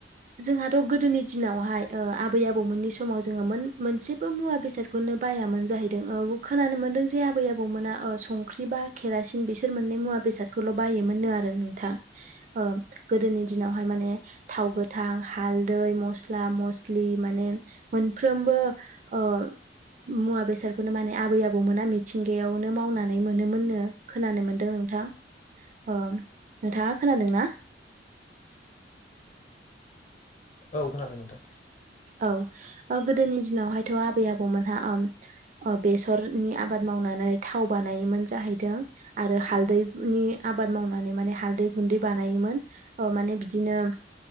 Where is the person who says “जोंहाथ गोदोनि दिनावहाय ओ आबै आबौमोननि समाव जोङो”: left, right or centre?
Right